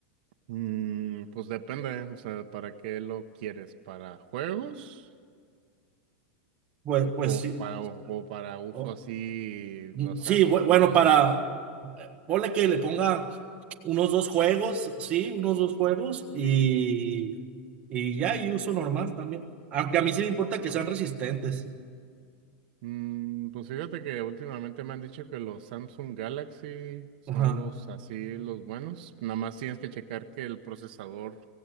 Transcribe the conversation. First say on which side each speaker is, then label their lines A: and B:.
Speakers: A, on the right; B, on the right.
A: Mm, pues depende, o sea, ¿para qué lo quieres? ¿Para juegos?
B: Pues, pues
A: O
B: sí.
A: para, o, o para uso
B: O-
A: así,
B: mm,
A: o
B: sí,
A: sea, normal,
B: bu- bueno, para,
A: ¿no?
B: ponle que le ponga Unos dos juegos, sí, unos dos juegos y, y ya, y uso normal también. Aunque a mí sí me importa que
A: Pues,
B: sean resistentes.
A: mm, pues fíjate que últimamente me han dicho que los Samsung Galaxy son
B: Ajá,
A: los así, los buenos. Nada más tienes que checar que el procesador